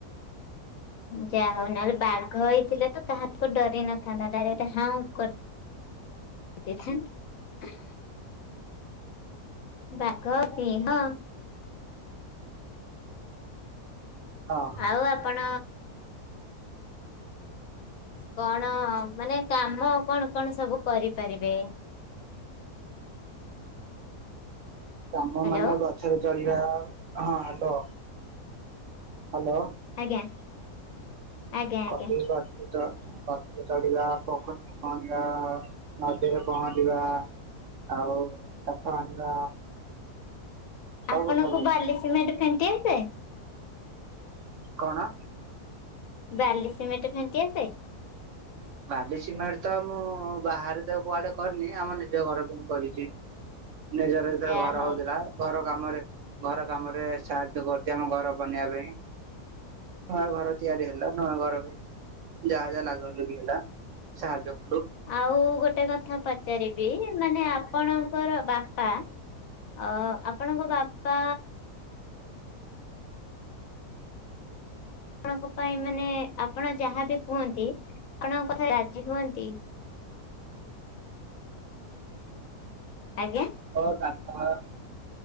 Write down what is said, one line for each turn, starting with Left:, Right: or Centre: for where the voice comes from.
Left: ଯାହା ହଉ ନହେଲେ ବାଘ ହେଇଥିଲେ ତ କାହାକୁ ଡରି ନଥାନ୍ତା ଡାଇରେକ୍ଟ ହାଉଁ କରି କେଜାଣି ବାଘ ସିଂହ।
Right: ହଁ
Left: ଆଉ ଆପଣ କଣ ମାନେ କାମ କଣ କଣ ସବୁ କରିପାରିବେ?
Right: କାମ
Left: ହ୍ୟାଲୋ
Right: ମାନେ ଗଛରେ ଚଢିବା ହଁ ହ୍ୟାଲୋ। ହ୍ୟାଲୋ?
Left: ଆଜ୍ଞା। ଆଜ୍ଞା
Right: କଟିଗଲା,
Left: ଆଜ୍ଞା
Right: ଅଛନ୍ତି। ତ ଗଛରେ ଚଢିବା, ପୋଖରୀରେ ପହଁରିବା, ନଦୀରେ ପହଁରିବା ଆଉ କାଠ ହାଣିବା, ସବୁ
Left: ଆପଣଙ୍କୁ
Right: ସବୁ।
Left: ବାଲି ସିମେଣ୍ଟ ଫେଣ୍ଟି ଆସେ?
Right: କଣ?
Left: ବାଲି ସିମେଣ୍ଟ ଫେଣ୍ଟି ଆସେ?
Right: ବାଲି ସିମେଣ୍ଟ ତ ମୁଁ ବାହାରେ ତ କୁଆଡେ କରିନି ଆମ ନିଜ ଘର ପାଇଁ କରିଛି। ନିଜର ଯେତେବେଳେ
Left: ଯାହା
Right: ଘର
Left: ହଉ
Right: ହଉଥିଲା। ଘର କାମରେ, ଘର କାମରେ ସାହାଯ୍ୟ କରିଛି ଆମ ଘର ବନେଇବା ପାଇଁ। ନୂଆ ଘର ତିଆରି ହେଲା ନୂଆ ଘର ବି ଯାହା ଯାହା ଲାଗଲୁଗି ହେଲା, ସାହାଯ୍ୟ କରୁ।
Left: ଆଉ ଗୋଟେ କଥା ପଚାରିବି ମାନେ ଆପଣଙ୍କର ବାପା ଅ-ଅ ଆପଣଙ୍କ ବାପା ଆପଣଙ୍କ ପାଇଁ ମାନେ ଆପଣ ଯାହାବି କୁହନ୍ତି ଆପଣଙ୍କ କଥାରେ ରାଜି ହୁଅନ୍ତି? ଆଜ୍ଞା?
Right: ଅଅ ତାଙ୍କର